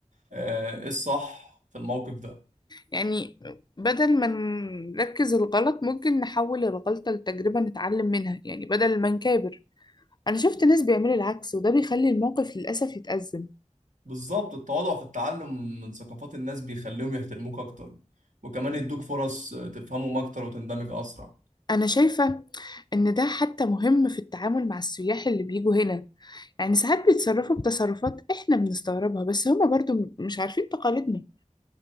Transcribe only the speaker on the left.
يعني بدل ما نركز الغلط ممكن نحول الغلطة لتجربة نتعلم منها يعني بدل ما نكابر أنا شفت ناس بيعملوا العكس وده بيخلي الموقف للأسف يتأزم
أنا شايفة إن ده حتى مهم في التعامل مع السياح اللي بيجوا هنا يعني ساعات بيتصرفوا بتصرفات إحنا بنستغربها بس هما برضو م- مش عارفين تقاليدنا